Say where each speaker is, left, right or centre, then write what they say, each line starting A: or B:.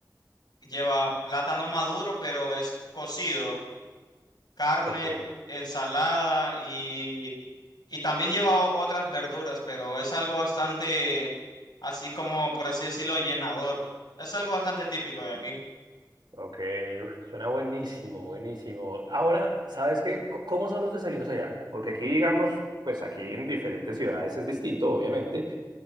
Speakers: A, on the left (about 80°); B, on the right (about 80°).
A: Lleva plátano maduro, pero es cocido, carne,
B: Ok,
A: ensalada y, y también lleva o- otras verduras, pero es algo bastante, así como por así decirlo, llenador. Es algo bastante típico de aquí.
B: ok, uf, suena buenísimo, buenísimo. Ahora, ¿sabes qué? Co- ¿Cómo son los desayunos allá? Porque aquí, digamos, pues aquí en diferentes ciudades es distinto, obviamente.